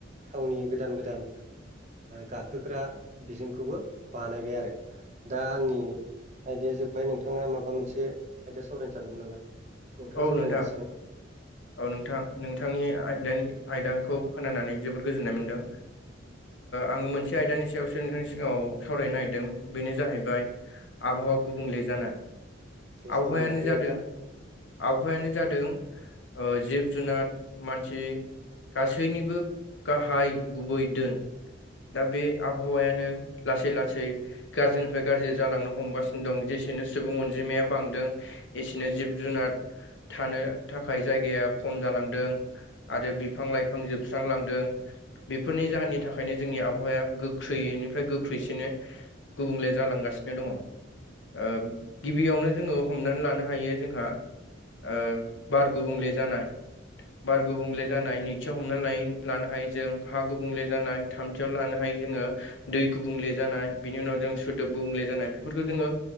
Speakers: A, on the right (about 35°); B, on the left (about 65°).
A: थावनि गोदान गोदान गाखोग्रा बिजोंखौबो बानायबाय आरो दा आंनि आयदाया जोब्बाय नोंथाङा माबा मोनसे आयदाया सावरायनो सानदोंमोन नामा? नोंथाङा
B: औ
A: सावरायनांसिगोन।
B: नोंथां औ नोंथां नोंथांनि आयदानि आयदाखौ खोनानानै जोबोद गोजोननाय मोनदों। आङो मोनसे आयदानि सायाव सोलोंथांनि सिगाङाव सावरायनो नागिरदों बेनो जाहैबाय आबहा आवा गुबुंले जानाय।
A: दे
B: आबहावायानो
A: सावरायलांदो
B: जादों
A: नोंथाङा
B: आबहावायानो जादों जि जुनाद मानसि गासैनिबो गाहाय गुबै दोन दा बे आबहावायानो लासै लासै गाज्रिनिफ्राय गाज्रि जालांनो हमगासिनो दं ज एसेनो सुबुं अनजिमाया बांदों एसेनो जिब जुनार
A: <inaudible>
B: थानो थाखाय जायगाया खम जालांदों आरो बिफां लाइफां जोबस्रांलांदों। बेफोरनि जाहोननि थाखायनो जोंनि आबहावाया गोख्रैयैनिफ्राय गोख्रैसिनो गुबुंले जालांगासिनो दङ। ओ गिबियावनो जोङो हमनानै लानो हायो जोंहा ओ बार गुबुंले जानाय बार गुबुंले जानाय नैथियाव हमना लानो हायो जों हा गुबुंले जानाय थामथियाव लानो हायो। जोङो दै गुबुंले जानाय बेनि उनाव जों सोदोब गुबुंले जानाय बेफोरखौ जोङो